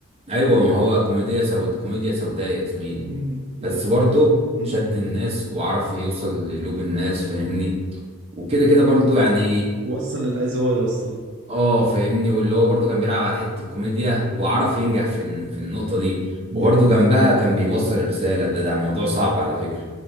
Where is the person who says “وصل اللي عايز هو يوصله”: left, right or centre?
Right